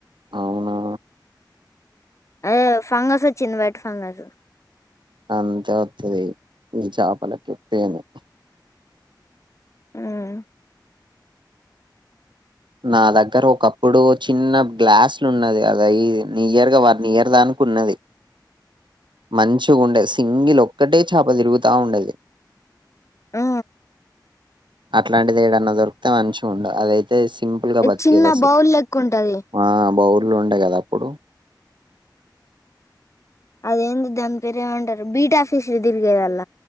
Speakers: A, on the right (about 85°); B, on the left (about 40°).
A: అవునా
B: అదే ఫంగస్ వచ్చింది వైట్ ఫంగస్
A: అంతే వతుంది ఈ చేపలకి తేనే
B: ఉమ్,
A: నా దగ్గర ఒకప్పుడు చిన్న గ్లాసులు ఉన్నది అది నియర్గా వర్ నియర్ దానికి ఉన్నది మంచిగా ఉండేది సింగిల్ ఒక్కటే చేప తిరుగుతా ఉండది
B: ఉ
A: అట్లాంటిది ఏడన్నా దొరికితే మంచి ఉండు అదైతే సింపుల్‌గా బతికేదసలు.
B: చిన్న బౌల్ లెక్క ఉంటది
A: ఆ! బౌల్‌లో ఉండే కదా అప్పుడు
B: అదేంది దాని పేరేమంటారు బీటాఫీస్ తిరిగేదల్